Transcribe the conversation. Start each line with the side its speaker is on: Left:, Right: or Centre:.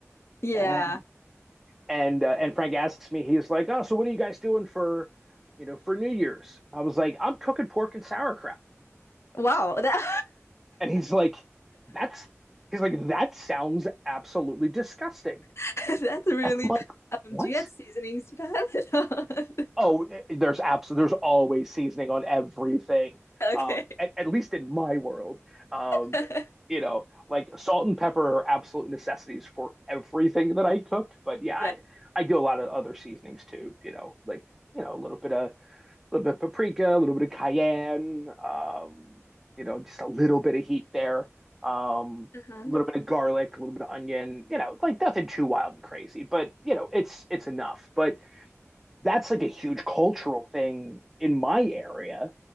Left: Yeah.
Centre: And, and, uh, and Frank asks me, he's like, Oh, so what are you guys doing for, you know, for New Year's? I was like, I'm cooking pork and sauerkraut.
Left: Wow. That
Centre: And he's like, that's he's like, that sounds absolutely disgusting.
Left: <laughs> that's really
Centre: I'm like,
Left: um
Centre: what?
Left: do you add seasonings to that?
Centre: Oh, eh, eh, there's absolutely there's always seasoning on everything.
Left: <laughs>
Centre: Uh,
Left: Okay.
Centre: at, at least in my world. Um,
Left: <laughs>
Centre: you know, like salt and pepper are absolute necessities for everything that I cook. But yeah, I,
Left: Yeah.
Centre: I do a lot of other seasonings too, you know, like, you know, a little bit of little bit of paprika, a little bit of cayenne, um, you know, just a little bit of heat there, um,
Left: Uh-huh.
Centre: a little bit of garlic, a little bit of onion, you know, like nothing too wild and crazy, but you know, it's it's enough. But that's like a huge cultural thing in my area.